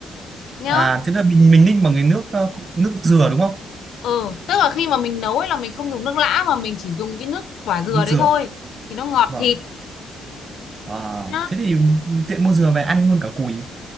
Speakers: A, on the left; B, on the right.
A: nhá
B: à thế là mình mình ninh bằng cái nước ờ, nước dừa đúng không
A: ừ tức là khi mà mình nấu ấy là mình không dùng nước lã mà mình chỉ dùng cái nước quả dừa
B: nước
A: đấy
B: dừa
A: thôi thì nó ngọt
B: vâng
A: thịt
B: à,
A: nhá
B: thế thì tiện mua dừa về ăn luôn cả cùi